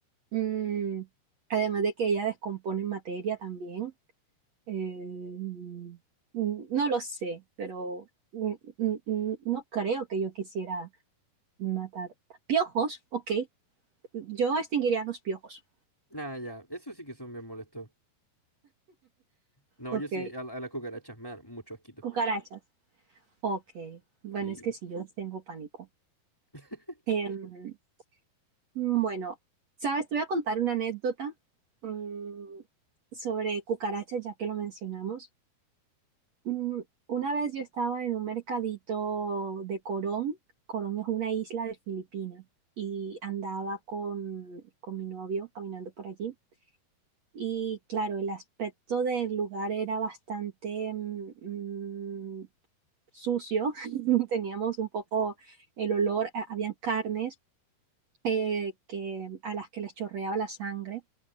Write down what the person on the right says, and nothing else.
Mm, además de que ella descompone materia también. Eh, mm, no lo sé, pero mm, mm, mm, no creo que yo quisiera matar piojos, ok, Yo extinguiría los piojos,
Ok.
cucarachas. Ok, bueno,
es que si yo les tengo pánico.
Em, bueno, ¿sabes? Te voy a contar una anécdota mm, sobre cucarachas, ya que lo mencionamos. Mm, una vez yo estaba en un mercadito de Corón. Corón es una isla de Filipinas y andaba con, con mi novio caminando por allí. Y claro, el aspecto del lugar era bastante mm, mm, sucio, <laughs> teníamos un poco el olor, a- habían carnes eh, que, a las que les chorreaba la sangre